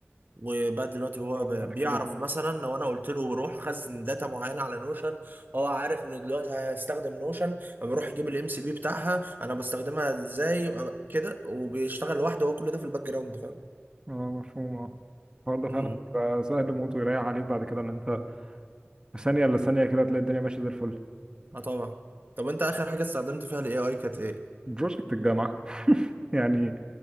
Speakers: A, on the right; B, on the right.
A: وبقى دلوقتي هو
B: وبعد
A: ب- بيعرف
B: كده
A: مثلا لو انا قلت له روح خزن داتا معينه على نوشن هو عارف انه دلوقتي هستخدم نوشن بروح يجيب الام سي بي بتاعها انا بستخدمها ازاي أ- كده وبيشتغل لوحده هو كل ده في الباك جراوند فاهم
B: اه مفهوم اه الحوار ده فعلا
A: امم
B: بيبقى سهل موت ويريح عليك بعد كده ان انت في ثانيه الا ثانيه كده هتلاقي الدنيا ماشيه زي الفل
A: اه طبعا طب انت اخر حاجه استخدمت فيها الاي اي كانت ايه
B: بروجكت الجامعه <laughs> يعني